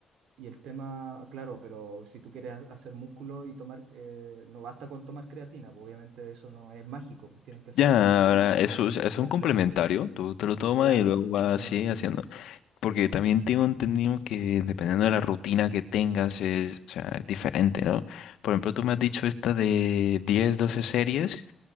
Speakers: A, on the right; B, on the left.
A: y el tema, claro, pero si tú quieres ha- hacer músculo y tomar, eh, no basta con tomar creatina, pues obviamente eso no es mágico, pues tienes que hacer
B: Ya,
A: ejercicio,
B: ahora, eso es, es
A: comple-
B: un complementario, tú te lo tomas
A: claro,
B: y luego vas
A: complementos,
B: así haciendo.
A: sí.
B: Porque también tengo entendido que dependiendo de la rutina que tengas es, o sea, es diferente, ¿no? Por ejemplo, tú me has dicho esta de 10 12 series,